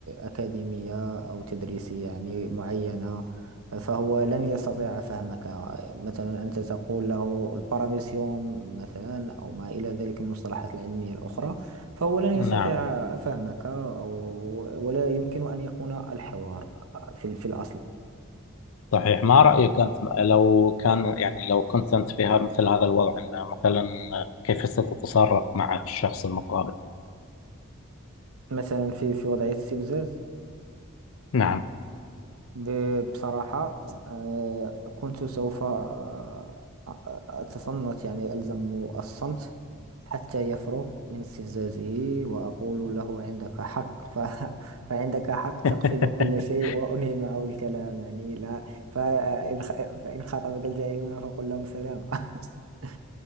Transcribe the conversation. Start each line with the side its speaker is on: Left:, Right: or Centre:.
Right: أكاديمية أو تدريسية يعني معينة فهو لن يستطيع فهمك مثلا أنت تقول له الباراميسيوم مثلا أو ما إلى ذلك من المصطلحات العلمية الأخرى فهو لن يستطيع
Left: نعم
Right: فهمك أو ولا يمكن أن يكون الحوار في في الأصل
Left: صحيح ما رأيك أنت لو كان يعني لو كنت أنت في ها- مثل هذا الوضع أن مثلا كيف ستتصرف مع الشخص المقابل
Right: مثلا في في وضعية استفزاز
Left: نعم
Right: ب- بصراحة آه، كنت سوف آه، أتصنت يعني ألزم الصمت حتى يفرغ من استفزازه وأقول له عندك حق ف... <laughs> فعندك حق تقفل
Left: <laughs>
Right: كل شيء وأنهي معه الكلام يعني لا فإن خ... فإن خاطبك الجاهلون فقل لهم سلام <laughs>